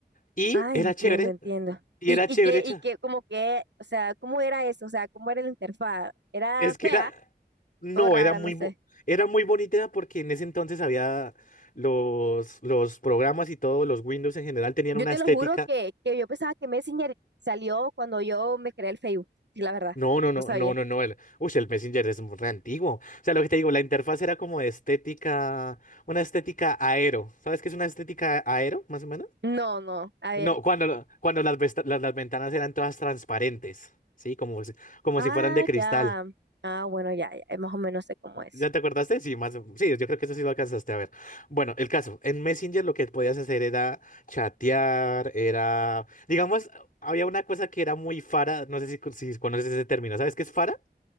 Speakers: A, on the left; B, on the right.
A: Y
B: Ah,
A: era
B: entiendo,
A: chévere,
B: entiendo.
A: y
B: ¿Y,
A: era
B: y
A: chévere,
B: qué,
A: cha-
B: y qué, como que, o sea, cómo era eso? O sea, ¿cómo era la interfaz? ¿Era
A: Es que
B: fea
A: era, no,
B: o rara?
A: era muy,
B: No sé.
A: bo- era muy bonita porque en ese entonces había los, los programas y todo los Windows en general tenían
B: Yo
A: una
B: te
A: estética.
B: lo juro que, que yo pensaba que Messenger salió cuando yo me creé el Facebook. y La verdad,
A: No, no, no,
B: no sabía.
A: no, no, no. El, uy, el Messenger es re antiguo. O sea, lo que te digo, la interfaz era como de estética, una estética aero. ¿Sabes qué es una estética aero, más o menos?
B: No, no. A
A: No,
B: ver.
A: cuando, la- cuando las, vesta- las, las ventanas eran todas transparentes, ¿sí? Como si, como
B: Ah,
A: si fueran de cristal.
B: ya. Ah, bueno, ya, ya, eh, más o menos sé cómo es.
A: ¿Ya te acordaste? Sí, más, sí, yo creo que eso sí lo alcanzaste a ver. Bueno, el caso, en Messenger lo que podías hacer era chatear, era, digamos, había una cosa que era muy fara, no sé si, con- si conoces ese término, ¿sabes qué es fara?